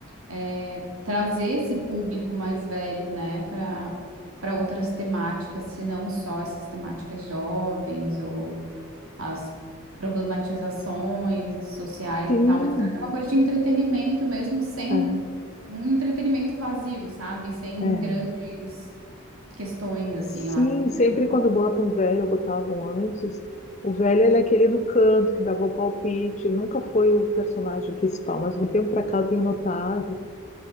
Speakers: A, on the right (about 80°); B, on the left (about 30°).
A: é, trazer esse público mais velho, né, para para outras temáticas, se não só essas temáticas jovens ou as problematizações sociais
B: Sim,
A: e tal, mas traz uma coisa de entretenimento mesmo, sem
B: ah,
A: um entretenimento vazio, sabe? Sem
B: é.
A: grandes questões, assim,
B: Sim,
A: eu acho que isso
B: sempre
A: é bem importante.
B: quando botam um velho, ou botavam antes, o velho ele é aquele no canto que dava o palpite, ele nunca foi o personagem principal, mas no tempo pra cá eu tenho notado